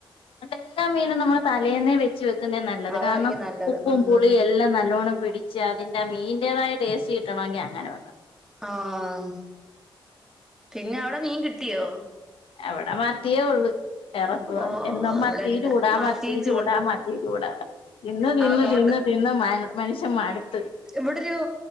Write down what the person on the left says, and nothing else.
എന്നിട്ട് എല്ലാം മീനും നമ്മള് തലേന്ന് വയ്ക്കും. വെച്ചുവെക്കുന്നത് നല്ലത്,
കാരണം
ഉപ്പും
പുളിയും എല്ലാം നല്ലവണ്ണം പിടി അതിന്റെ മീനിന്റെതായ ടേസ്റ്റ് കിട്ടണമെങ്കിൽ അങ്ങനെ വെക്കണം.
ഇവിടെ മത്തിയെ ഉള്ളൂ. ഏറെക്കുറെ
എന്നും മത്തി
ചൂടാ
മത്തി ചൂടാ മത്തി ചൂടാ. തിന്നു തിന്നു
തിന്നു തിന്നു മ മനുഷ്യൻ മടുത്തു.